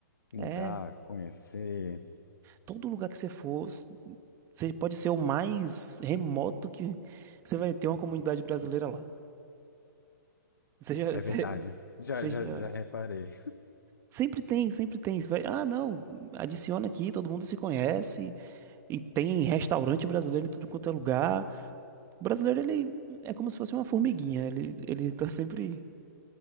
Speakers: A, on the left (about 85°); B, on the right (about 25°).
A: Mudar,
B: É,
A: conhecer.
B: todo lugar que você for, s- você pode ser o mais remoto que você vai ter uma comunidade brasileira lá. Seja,
A: É
B: <laughs> se-
A: verdade. Já,
B: seja
A: já, já reparei.
B: Sempre tem, sempre tem. Você Vai, ah, não, adiciona aqui, todo mundo se conhece. E tem restaurante brasileiro em tudo quanto é lugar. O brasileiro, ele é como se fosse uma formiguinha. Ele, ele tá sempre.